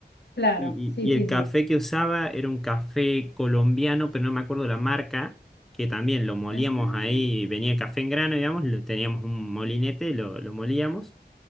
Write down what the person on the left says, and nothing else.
Claro,
sí,
sí,
sí.
Ah,